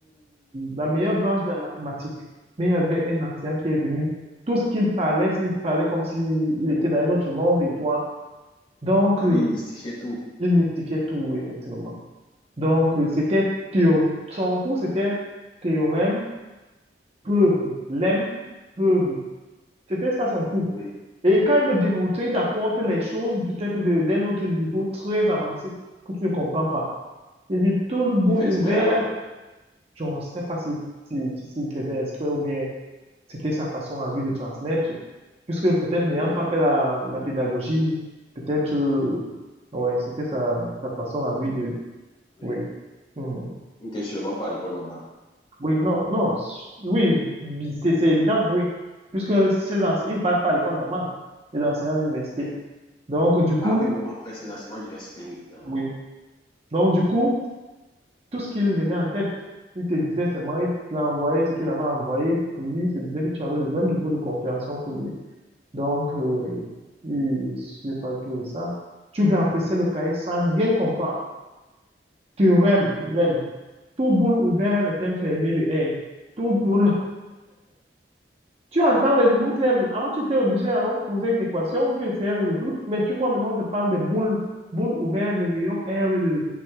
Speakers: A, on the right (about 35°); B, on the left (about 30°).
A: la meilleure branche de la mathématique. Mais il y avait un enseignant qui est venu. Tout ce qu'il parlait, il parlait comme s'il était dans un autre monde et toi. Donc,
B: Ah,
A: euh,
B: lui, il mystifiait tout.
A: il mystifiait tout, effectivement. Donc, euh, c'était théo- son cours, c'était théorème, preuve, lemme, preuve. C'était ça son cours.
B: Oui.
A: Et quand il veut démontrer, il t'apporte les choses peut-être de- d'un autre niveau très avancé que tu ne comprends pas. Il dit tout le bol
B: Il fait
A: ouvert,
B: exprès alors.
A: je ne sais pas si, si, si, s'il faisait exprès ou bien c'était sa façon à lui de transmettre. Puisque peut-être n'ayant
B: Oui,
A: pas fait la, la pédagogie, peut-être, euh, ouais, c'était sa, sa façon à
B: oui.
A: lui de,
B: Oui.
A: oui. mhm.
B: Il n'était sûrement pas à l'école normale.
A: Oui, non, non, s- oui, bi- c'est c'est évident, oui. Puisque ces enseignants,
B: Mhm.
A: ils ne partent pas à l'école normale, les enseignants d'université
B: Oui.
A: Donc, du coup,
B: Ah oui, bon, après, c'est l'enseignement d'université, oui. Uhum.
A: oui. Donc, du coup, tout ce qu'il venait en tête, il te disait seulement, il l'a envoyé, ce qu'il avait envoyé pour lui, il te disait que tu avais le même niveau de compréhension que lui. Donc, euh,
B: Oui,
A: il suffisait pas tout de ça. Tu remplissais le cahier sans rien comprendre. Théorème, lemme. Tout boule ouvert est un fermé de R. Tout boule Tu entends les nouveaux thèmes. Avant, tu étais obligé d'aller poser une équation, tu essayais de résoudre, mais tu vois, maintenant, on te parle de boules, boules ouvertes de rayon R et de